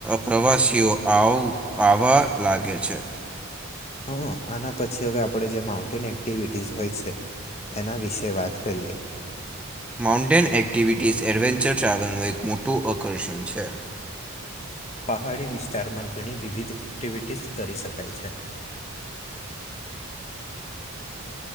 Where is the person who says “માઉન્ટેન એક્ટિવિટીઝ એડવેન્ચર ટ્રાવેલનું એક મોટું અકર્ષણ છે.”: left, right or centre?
Centre